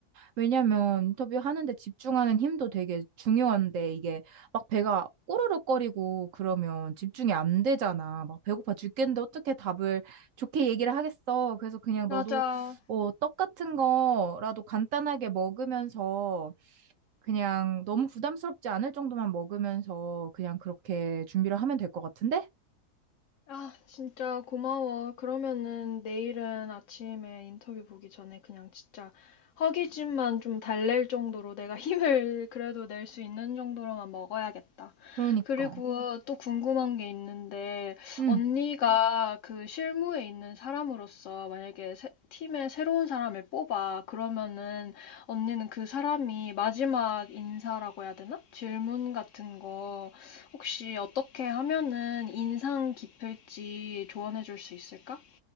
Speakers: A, on the right; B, on the left.
A: 왜냐면 인터뷰하는데 집중하는 힘도 되게 중요한데, 이게 막 배가 꼬르륵거리고 그러면 집중이 안 되잖아. 막 배고파 죽겠는데 어떻게 답을 좋게 얘기를 하겠어. 그래서 그냥
B: 맞아.
A: 너도 어, 떡 같은 거라도 간단하게 먹으면서 그냥 너무 부담스럽지 않을 정도만 먹으면서 그냥 그렇게 준비를 하면 될 것 같은데?
B: 아, 진짜 고마워. 그러면은 내일은 아침에 인터뷰 보기 전에 그냥 진짜 허기짐만 좀 달랠 정도로 내가 <laughs> 힘을 그래도 낼 수 있는 정도로만 먹어야겠다. 음,
A: 그러니까.
B: 그리고 또 궁금한 게 있는데,
A: 응.
B: 언니가 그 실무에 있는 사람으로서 만약에 새- 팀에 새로운 사람을 뽑아. 그러면은 언니는 그 사람이 마지막 인사라고 해야 되나? 질문 같은 거. 혹시 어떻게 하면은 인상 깊을지 조언해 줄 수 있을까?